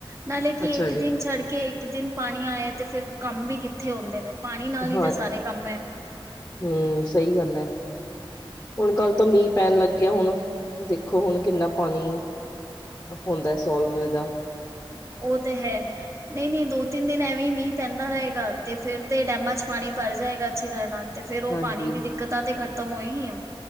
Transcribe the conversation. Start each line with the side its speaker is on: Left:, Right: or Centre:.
Right: ਨਾਲੇ ਕਿ
Left: ਅੱਛਾ
Right: ਇੱਕ
Left: ਜੀ
Right: ਦਿਨ ਛੱਡ ਕੇ ਇੱਕ ਦਿਨ ਪਾਣੀ ਆਏ ਤੇ ਫਿਰ ਕੰਮ ਵੀ ਕਿੱਥੇ ਹੁੰਦੇ ਨੇ ਪਾਣੀ ਨਾਲ ਹੀ
Left: ਹਾਂ
Right: ਤਾਂ ਸਾਰੇ ਕੰਮ ਐ।
Left: ਹੂੰ ਸਹੀ ਗੱਲ ਐ, ਹੁਣ ਕੱਲ ਤੋ ਮੀਂਹ ਪੈਣ ਲੱਗ ਗਿਆ ਹੁਣ ਦੇਖੋ ਹੁਣ ਕਿੰਨਾ ਪਾਣੀ, ਹੋਦਾ ਸੋਲਵ ਇੰਦਾ।
Right: ਉਹ ਤੇ ਹੈ। ਨਈ-ਨਈ ਦੋ-ਤਿੰਨ ਦਿਨ ਐਵੇਂ ਮੀਂਹ ਪੈਂਦਾ ਰਹੇਗਾ ਤੇ ਫੇਰ ਤੇ ਡੈਮਾਂ ਚ ਪਾਣੀ ਭਰ ਜਾਏਗਾ ਅੱਛੀ ਤਰ੍ਹਾਂ ਨਾਲ। ਤੇ ਫੇਰ ਉਹ
Left: ਹਾਂਜੀ
Right: ਪਾਣੀ ਦੀ ਦਿੱਕਤਾਂ ਤੇ ਖ਼ਤਮ ਹੋਈ ਹੀ ਐ।